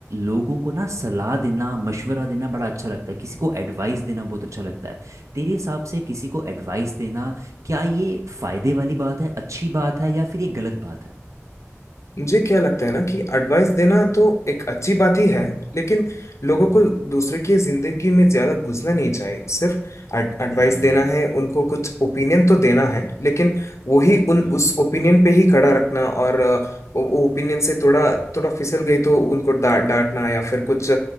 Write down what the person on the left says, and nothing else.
मुझे क्या लगता है ना कि एडवाइस देना तो एक अच्छी बात ही है लेकिन लोगों
को दूसरे की जिंदगी में ज्यादा घुसना नहीं चाहिए सिर्फ एडवाइस
देना है उनको कुछ ओपिनियन तो देना है लेकिन वही उन
उस ओपिनियन पे ही खड़ा रखना और अ, वो ओपिनियन से थोड़ा थोड़ा फिसल गई तो उनको डा, डांटना या फिर कुछ